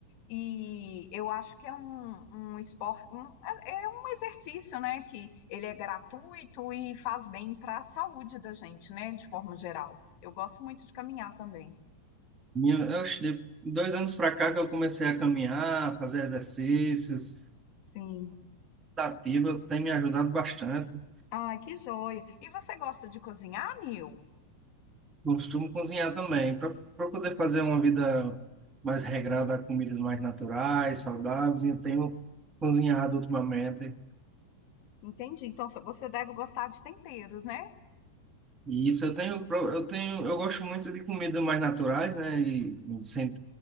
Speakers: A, on the left (about 40°); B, on the right (about 20°).
A: e eu acho que é um, um esporte, um- é é um exercício, né? Que ele é gratuito e faz bem para a saúde da gente, né? De forma geral. Eu gosto muito de caminhar também.
B: minha- eu, acho que de dois anos para cá que eu comecei a caminhar, fazer exercícios.
A: Sim.
B: ativa tem me ajudado bastante.
A: Ah, que joia. E você gosta de cozinhar, Nil?
B: Costumo cozinhar também, para poder fazer uma vida mais regrada, comidas mais naturais, saudáveis. Eu tenho cozinhado ultimamente.
A: Entendi. Então so- você deve gostar de temperos, né?
B: E isso eu tenho, pro- eu tenho, eu gosto muito de comidas mais naturais, né, e sem